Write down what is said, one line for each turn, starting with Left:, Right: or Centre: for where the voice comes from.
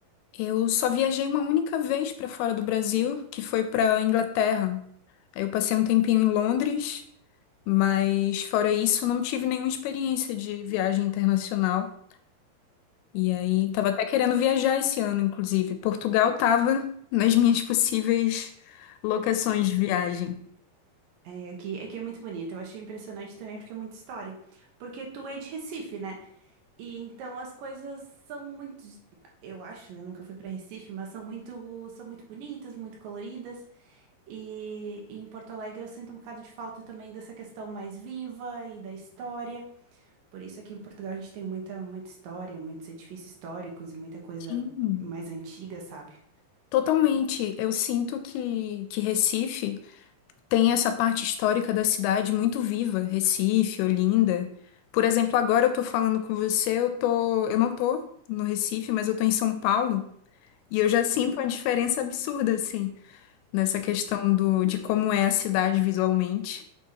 Left: Eu só viajei uma única vez para fora do Brasil, que foi para Inglaterra. Aí eu passei um tempinho em Londres Mas fora isso, não tive nenhuma experiência de viagem internacional. E aí, tava até querendo viajar esse ano, inclusive. Portugal tava nas minhas possíveis locações de viagem.
Right: É, aqui, aqui é muito bonito. Eu achei impressionante também porque é muita história. Porque tu é de Recife, né? E então as coisas são muito, eu acho, né? Nunca fui para Recife, mas são muito, são muito bonitas, muito coloridas. E em Porto Alegre eu sinto um bocado de falta também dessa questão mais viva e da história. Por isso aqui em Portugal a gente tem muita, muita história, muitos edifícios históricos e muita coisa
Left: Sim,
Right: mais antiga, sabe?
Left: totalmente. Eu sinto que, que Recife tem essa parte histórica da cidade muito viva. Recife, Olinda. Por exemplo, agora eu tô falando com você, eu tô, eu não tô no Recife, mas eu tô em São Paulo. E eu já sinto
Right: Hum.
Left: uma diferença absurda, assim. nessa questão do, de como é a cidade visualmente.